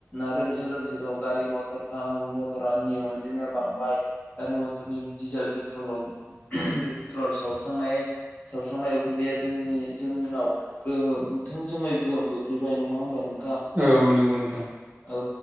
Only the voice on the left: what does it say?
आरो बेजों लोगोसे दङ गारि मथर <unintelligible> मटर नि अनजिमाया बांबाय गारि मथरनि डिजेल पेट्रलाव पेट्रल सावस्रांनाय सावस्रांनाय उखुन्दैया जोंनि जोंनाव गोहोम थों जोङै गोहोम खोख्लैबाय नङा होमबा नोंथां
औ